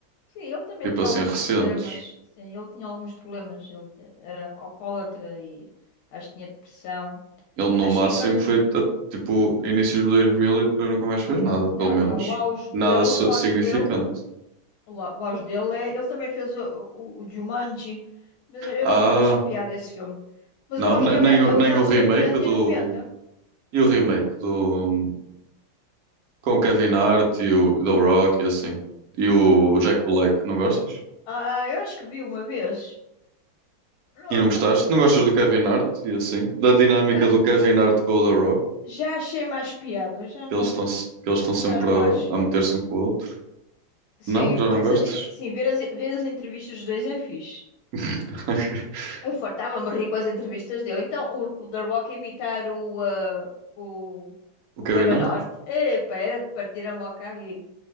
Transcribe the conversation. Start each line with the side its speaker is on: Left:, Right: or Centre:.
Left: Sim, ele também
Right: Tipo
Left: tinha
Right: assim,
Left: alguns
Right: recentes.
Left: problemas. Sim, ele tinha alguns problemas. Ele era alcoólatra e acho que tinha depressão.
Right: Ele no
Left: Mas
Right: máximo
Left: sim, mas
Right: foi a- tipo inícios de 2000 e depois nunca mais fez nada, pelo
Left: não,
Right: menos.
Left: não, o auge
Right: Nada
Left: dele,
Right: so-
Left: o auge
Right: significante.
Left: dele O au- o auge dele é. Ele também fez o, o, o Jumanji, mas eu
Right: Ah,
Left: não, eu não achei piada esse filme. Mas
Right: não,
Left: o auge
Right: ne-
Left: dele
Right: nem,
Left: é,
Right: o-
Left: é os
Right: nem
Left: anos
Right: o remake
Left: oitenta
Right: do.
Left: e noventa?
Right: E o remake do. Com o Kevin Hart e o The Rock e assim. E o Jack Black, não gostas?
Left: Ah, eu acho que vi uma vez. Não,
Right: E não gostaste?
Left: não.
Right: Não gostas do Kevin Hart e assim? Da dinâmica
Left: Já,
Right: do Kevin Hart com o The Rock?
Left: já achei mais piada, já não,
Right: que eles estão se- que eles estão sempre
Left: já não
Right: a,
Left: acho.
Right: a meter-se um com o outro.
Left: Sim,
Right: Não, já não
Left: essa,
Right: gostas?
Left: dina- sim, ver as, ver as entrevistas dos dois é fixe.
Right: <laughs>
Left: Eu fartava-me rir com as entrevistas dele. Então, o, o The Rock a imitar o, ah, o,
Right: O
Left: o
Right: Kevin
Left: Kevin
Right: Hart?
Left: Hart, epá, era de partir a moca aí